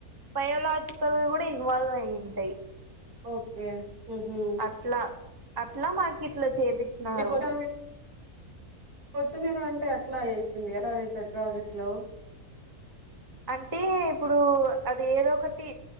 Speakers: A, on the right; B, on the right.
A: బయోలాజికల్ గా కూడా ఇన్వాల్వ్ అయింటాయి
B: ఓకే ఉహు
A: అట్లా అట్లా మాకి ఇట్ల చేపిచ్చినారు
B: మీరు కొత్త కొత్తిమీర అంటే అట్లా ఏసింది ఎలా చేసారు ప్రాజెక్ట్ లో
A: అంటే ఇప్పుడు అది ఏదో ఒకటి